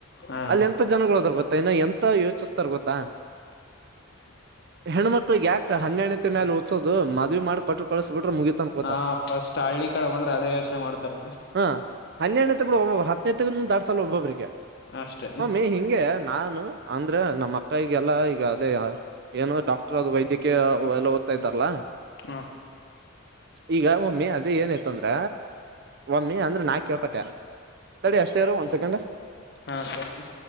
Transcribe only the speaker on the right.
ಅಲ್ಲಿ ಎಂತ ಜನಗಳು ಅದ್ರ ಗೊತ್ತಾ ಇನ ಎಂತ ಯೋಚಿಸತಾರೆ ಗೊತ್ತಾ. ಹೆಣ್ಣ್ಮಕ್ಳಗ್ ಯಾಕ ಹಂಗಣ್ಣ. ಮತ್ತೆ ಓದಿಸೋದು ಮದ್ವಿ ಮಾಡಿ ಕಟ್ಟ್ರ ಕಳಸ ಬಿಟ್ರರೇ ಮುಗಿತ್ತು ಅನ್ಕೋತಾರೆ.
ಹಾ ಹನ್ನೆರನ ಬಿಡ ಒಬ್ಬೊಬ್ಬರು ಹತ್ತನ ದಾಟಿಸಲ್ಲ ಒಬೊಬ್ಬರುಗೆ
ಒಮ್ಮೆ ಇಂಗೆ. ನಾನು ಅಂದ್ರೆ ನಮ್ಮ ಅಕ್ಕಗೆಲ್ಲಾ ಈಗ ಅದೇ. ಏನೋ ಡಾಕ್ಟರ್ ಅದು ವೈದ್ಯಕೀ ಎಲ್ಲ ಓದ್ತ ಇದಾರಲ್ಲಾ.
ಈಗ ಒಮ್ಮಿ ಅದು ಏನಾಯತ ಅಂದ್ರ ಒಮ್ಮಿ ಅಂದ್ರೆ ನಾ ಕೇಳ್ಪಟ್ಟೆ. ತಡಿ ಅಷ್ಟೇ ಇರು ಒಂದ್ ಸೆಕೆಂಡ್.